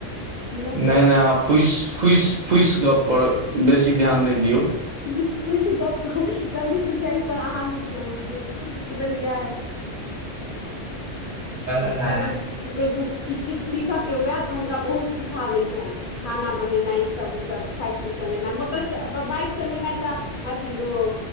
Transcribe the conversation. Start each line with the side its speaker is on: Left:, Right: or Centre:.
Left: बुझलियै
Right: नई नई अहाँ फुसि फुसि फुसि गप्पपर बेसी ध्यान नई दियौ
Left: ईत गप्प लबड़ी फुसआही पर अहाँ नई ध्यान दियौ बुझलियै
Right: दियौ
Left: कदी कि कहै छैइ किछ किछ सीखय के हुए तऽ हुनका बहुत किछ आबैइ छनि खाना बनेनाइ ईसभ उसब साइकिल चलेनाइ मोटर बाइक चलेनाइ तऽ अथी ओ